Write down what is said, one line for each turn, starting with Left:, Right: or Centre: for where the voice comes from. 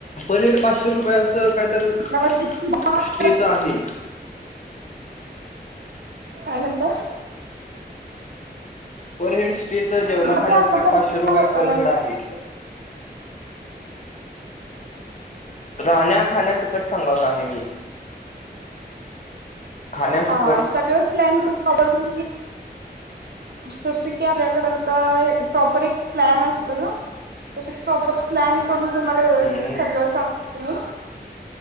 Left: पनीर पाचशे रुपये असं कायतरी
Right: मला वाटतं
Left: अस आहे?
Right: काय म्हणता?
Left: पर हेड स्टेच जेवणा
Right: दहा ते
Left: खाण्या
Right: अकरा
Left: सकट पाचशे
Right: तारखेला
Left: रुपये पर हेड आहे. राहण्या खाण्यासकट सांगत आहे मी खाण्यासकट
Right: हा सगळ प्लॅन बघून आपण बेसिक ते आपल्याकडे आता प्रॉपर एक प्लॅन असतो ना तस प्रॉपर प्लॅन पडून तुम्हाला व्यवस्थित
Left: हम्म
Right: सगळं सांगते मी